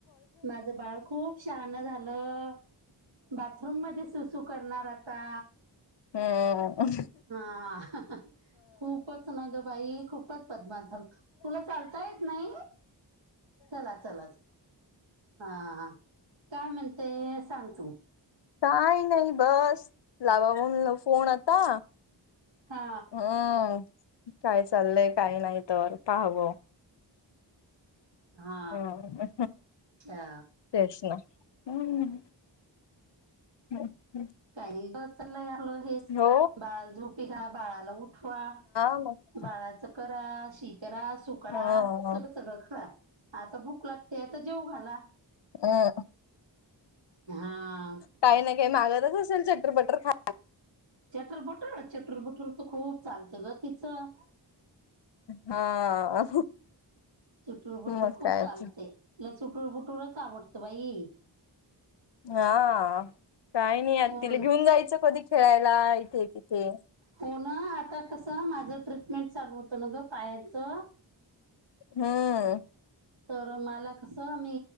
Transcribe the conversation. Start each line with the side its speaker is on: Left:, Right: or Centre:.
Right: माझ बाळ खूप शहान झालं बाथरूम मध्ये सु सु करणार आता.
Left: हम्
Right: हा खूपच नाद बाई खूपच बदमास झाला तुला चालता येत नाही चला चला हा काय म्हणते सांग तू?
Left: काय नाहीय बस लाव फोन आता
Right: हा
Left: हम काय चाललंय काही नाही तर पाहावं?
Right: हा
Left: हम
Right: अच्छा
Left: तेच ना हम् हम् <unintelligible>
Right: काही नाही चाल आपल हेच
Left: हो
Right: बाळाला झोपी घाला. बाळाला उठवा.
Left: ह <unintelligible>
Right: बाळाचं करा. शी करा. सु करा
Left: ह
Right: सगळ सगळ खरा आता भूक लागते आता जेऊ घाला.
Left: हम..
Right: हा
Left: काही ना काही मागतच असेल सटर फटर खा
Right: चटुर भटूर ना चटुर बटूर तर खूप चालतं ग तिचं.
Left: हा.
Right: चुटूर बुटूर
Left: मग
Right: खूप
Left: काय
Right: चालते. तुला चुटूर बुटूरच आवडतं बाई.
Left: हा काही नाही. आ
Right: हो
Left: तिला
Right: ना
Left: घेऊन जायचं कधी खेळायला इथे तिथे.
Right: हो ना आता कसं माझं ट्रीटमेंट चालू होतं ना ग पायाचं.
Left: हम्म.
Right: तर मला कसं मी